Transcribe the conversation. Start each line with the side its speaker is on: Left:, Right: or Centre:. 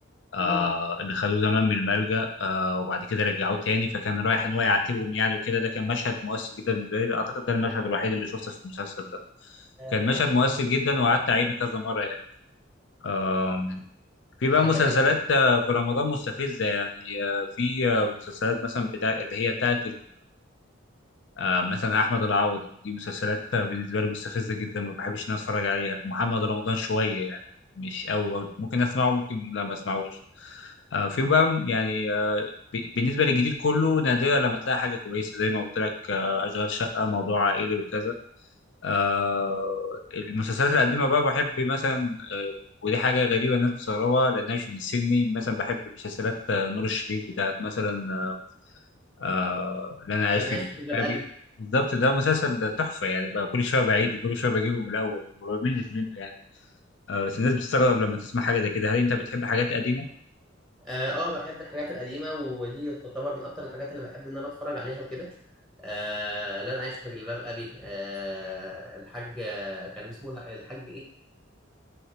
Left: آه،
Centre: يعني.
Left: اللي خدوه زمان من الملجأ آه، وبعد كده رجعوه تاني فكان رايح ان هو يعاتبهم يعني وكده ده كان مشهد مؤثر جدا بالنسبه لي اعتقد ده المشهد الوحيد اللي شفته في المسلسل ده
Centre: آه،
Left: كان
Centre: ما
Left: مشهد
Centre: خدناش
Left: مؤثر جدا وقعدت اعيده كذا مره يعني آم، في بقى
Centre: انا
Left: مسلسلات
Centre: فاكر ان
Left: آه، في رمضان مستفزه يعني آه، في آه، مسلسلات مثلا بتاع اللي هي بتاعت آه مثلا احمد العوضي دي مسلسلات بالنسبه لي مستفزه جدا ما بحبش ان أنا اتفرج عليها محمد رمضان شويه يعني مش قوي برضه. ممكن اسمعه ممكن لا ما اسمعوش آه فيهم بقى يعني آه ب- بالنسبه للجديد كله نادرا لما تلاقي حاجه كويسه زي ما قلت لك آه اشغال شقه موضوع عائلي وكذا آه المسلسلات القديمه بقى بحب مثلا آه ودي حاجه غريبه الناس بتستغربها لانها مش من سني مثلا بحب مسلسلات آه نور الشريف بتاعت مثلا آه، آه لن أعيش
Centre: إن انا
Left: في
Centre: عايش
Left: جلباب
Centre: في جلباب
Left: أبي
Centre: ابي
Left: بالظبط ده مسلسل تحفة يعني بقى كل شوية بعيد وكل شوية بجيبه من الأول وما بملش منه يعني آه بس الناس بتستغرب لما تسمع حاجة زي كده هل أنت بتحب حاجات قديمة؟
Centre: اه آه، بحب الحاجات القديمه ودي تعتبر من اكتر الحاجات اللي بحب ان انا اتفرج عليها وكده آه لا انا عايش في جلباب ابي آه الحاج آه، كان اسمه الح- الحاج ايه